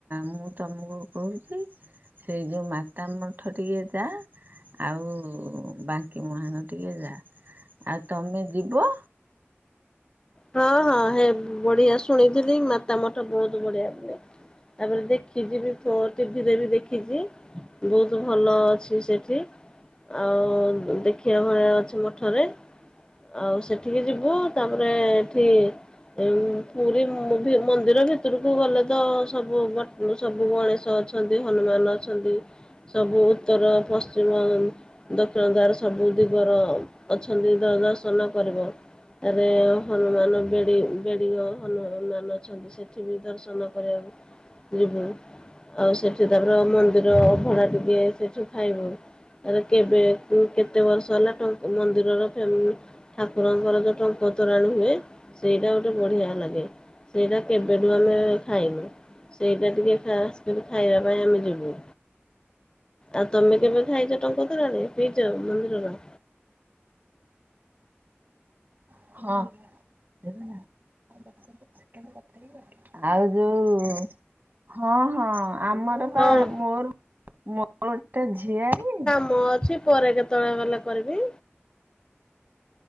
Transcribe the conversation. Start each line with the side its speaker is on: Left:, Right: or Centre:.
Right: ମୁଁ ତମକୁ କହୁଛି। ସେଇ ଯୋଉ ମାତା ମଠ ଟିକେ ଯା। ଆଉ ବାଙ୍କି ମୁହାଣ ଟିକେ ଯା। ଆଉ ତମେ ଯିବ।
Left: ହଁ ହଁ ହେ ବଢିଆ ଶୁଣିଥିଲି। ମାତା ମଠ ବହୁତ ବଢିଆ। ତାପରେ ଦେଖିଛି ବି ଥ ଟିଭିରେ ବି ଦେଖିଛି। ବହୁତ ଭଲ ଅଛି ସେଠି। ଆଉ ଦେଖିବା ଭଳିଆ ଅଛି ମଠରେ। ଆଉ ସେଠିକି ଯିବୁ ତାପରେ ଏଠି ଆଉ ପୁରୀ ମ ମନ୍ଦିର ଭିତରକୁ ଗଲେ ତ ସବୁ ବା ମାନେ ସବୁ ଗଣେଶ ଅଛନ୍ତି। ହନୁମାନ ଅଛନ୍ତି। ସବୁ ଉତ୍ତର, ପଶ୍ଚିମ ଦକ୍ଷିଣ ଦ୍ୱାରରେ ସବୁ ଦିଗର ଅଛନ୍ତି ଦ ଦର୍ଶନ କରିବ। ତାରେ ହନୁମାନ ବେଡ଼ି ବେଡ଼ିଙ୍ଗ ହନୁମାନ ଅଛନ୍ତି ସେଠି ବି ଦର୍ଶନ କରିବାକୁ ଯିବୁ ଆଉ ସେଠି ତାପର ମନ୍ଦିର ଅଭଡା ଟିକେ ସେଠି ଖାଇବୁ। କେବେ ଉଁ କେତେ ବର୍ଷ ହେଲା ମନ୍ଦିରର ଠାକୁରଙ୍କର ଯୋଉ ଟଙ୍କ ତୋରାଣି ହୁଏ ସେଇଟା ଗୋଟେ ବଢିଆ ଲାଗେ। ସେଇଟା କେବେଠୁ ଆମେ ଖାଇନୁ। ସେଇଟା ଟିକେ ଖାସ କିରି ଖାଇବା ପାଇଁ ଆମେ ଯିବୁ। ଆଉ ତମେ କେବେ ଖାଇଛ ଟଙ୍କ ତୋରାଣି ପିଇଚ ମନ୍ଦିରର?
Right: <unintelligible> ଟିକେନାକୁ କଥା ହେଇକି କାଟି, ଆଉ ଯୋଉ ହଁ ହଁ ଆମର <unintelligible>
Left: ହଁ
Right: ମୋର-ମୋର ଗୋଟେ ଝିଆରି
Left: ମ ଅଛି <inaudible> ପରେ କେତବେଳେ ଗଲେ କରିବି।